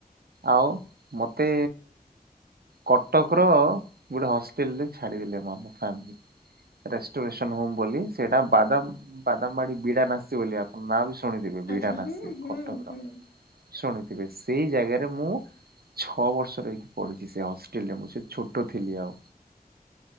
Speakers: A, on the right; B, on the left.
A: ଆଉ ମତେ କଟକ ର ଗୋଟେ ହଷ୍ଟେଲରେ ଛାଡିଦଲେ ଫାମିଲ। ରେୋରେସନ ହମ ବୋଲି ସେଇଟା ବାଦାମ ବାଦାମବାଡି ବିଡା ନାସିଛି ବୋଲି ମନୁଚେ ଶୁଣିଥିବେ ବିଡ଼ାନାସୀ
B: ଆଚ୍ଛା ହୁଁ ହୁଁ
A: କଟକର
B: ହୁଁ
A: ଶୁଣିଥିବେ ସେଇ ଜାଗାରେ ମୁଁ ଛଅ ବର୍ଷ ରହିକି ପଢିଛି ସେ ହଷ୍ଟେଲରେ ମୁଁ ସେ ଛୋଟ ଥିଲି ଆଉ।